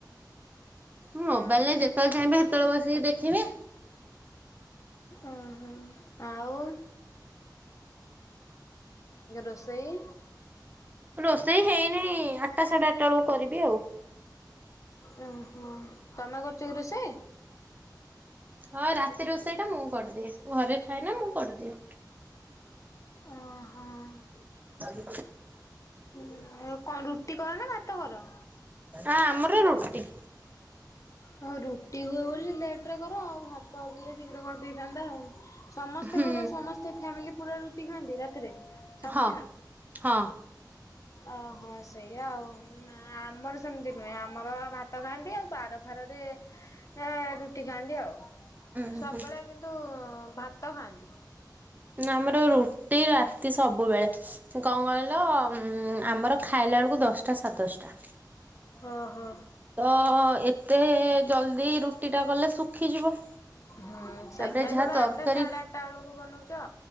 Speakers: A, on the right; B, on the left.
A: ମୋବାଇଲ
B: ଆଉ
A: ରେ ଯେତେବେଳେ ଚାହିଁବେ ସେତେବେଳେ ବସିକି ଦେଖିବେ।
B: ଓ ହୋ ଆଉ-ଉ ରୋଷେଇ?
A: ରୋଷେଇ ହେଇନି-ଇ-ଇ ଆଠଟା ସାଢ ଆଠଟା ବେଳକୁ କରିବି ଆଉ।
B: ଓ ହୋ ତମେ କରୁଛ କି ରୋଷେଇ?
A: ହଁ ରାତି ରୋଷେଇ ଟା ମୁଁ କରିଦିଏ ଘରେ ଥାଏନା ମୁଁ କରିଦିଏ।
B: ଓହୋ।
A: ସ
B: ହୁଁ ଏ କଣ ରୁଟି କର ନା ଭାତ କର?
A: ଆ ଆମର ରୁଟି।
B: ହଉ ରୁଟି ହୁଏ ବୋଲି ଲେଟ ରେ କର ଆଉ ଭାତ ଦେଲେ ଶୀଘ୍ର କରିଦେଇଥାନ୍ତା ଆଉ। ସମସ୍ତେ
A: ହୁଁ
B: ଘରେ ସମସ୍ତେ ଫ୍ୟାମିଲି ପୁରା ରୁଟି ଖାଆନ୍ତି ରାତିରେ? ସବୁଦିନ?
A: ହଁ ହଁ।
B: ଓହୋ ସେଇଆ ଆଉ ନା ଆମର ସେମିତି ନୁହେଁ ଆମର ଭା ତ ଖାଆନ୍ତି ଆଉ ବାର ଫାରରେ ଏ-ଏ-ଏ ରୁଟି ଖାଆନ୍ତି ଆଉ
A: ଉଁ
B: ସବୁବେଳେ
A: ହୁଁ
B: କି ନ୍ତୁ-ଉ-ଉ-ଉ ଭାତ ଖାଆନ୍ତି।
A: ନାଁ ଆମର ରୁଟି ରାତି ସବୁବେଳେ। ଙ୍କ କହିଲ-ଅ-ଅ-ଅ ଉ-ଉ ଆମର ଖାଇଲା ଏଳକୁ ଦଶଟା ସାଡେ ଦଶଟା।
B: ଓ ହୋ।
A: ତ-ଅ-ଅ-ଅ ଏତେ ଜଲଦି ରୁଟି ଟା କଲେ ଶୁଖିଯିବ।
B: ହୁଁ-ଉ-ଉ ସେଇଥି
A: ତାପରେ
B: ପାଇଁ
A: ଯାହା
B: ତମେ
A: ତରକାରୀ
B: ଆଠଟା ସାଢ଼େଆଠଟା ବେଳକୁ ବନଉଚ।